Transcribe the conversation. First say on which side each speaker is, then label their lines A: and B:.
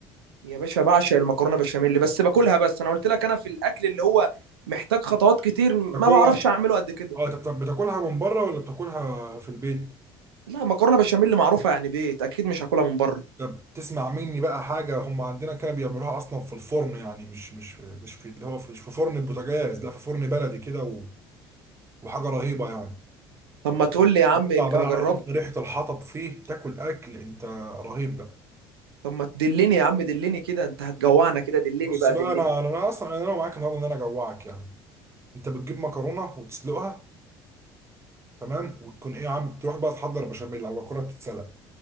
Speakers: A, on the right; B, on the right.
A: يا باشا بعشق المكرونه بشاميل بس باكلها بس انا قلت لك انا في الاكل اللي هو محتاج خطوات كتير ما
B: تاكلها
A: بعرفش اعمله قد كده
B: اه انت بتا- بتاكلها من بره ولا بتاكلها في البيت
A: لا مكرونه بشاميل معروفه يعني بيت اكيد مش هاكلها من بره
B: طب تسمع مني بقى حاجه هم عندنا كانوا بيعملوها اصلا في الفرن يعني مش مش في مش في اللي هو في- مش في فرن البوتاجاز لا في فرن بلدي كده و... وحاجه رهيبه يعني
A: طب ما تقول لي يا عم يمكن
B: تطلع بقى
A: اجربها
B: عارف انت ريحه الحطب فيه تاكل اكل انت رهيب بقى
A: طب ما تدلني يا عم دلني كده انت هتجوعنا كده دلني
B: بص
A: بقى
B: بقى
A: دلني
B: انا انا أنا اصلا انا معاك النهارده ان انا اجوعك يعني انت بتجيب مكرونه وتسلقها تمام وتكون ايه يا عم بتروح بقى تحضر بشاميل او مكرونه تتسلق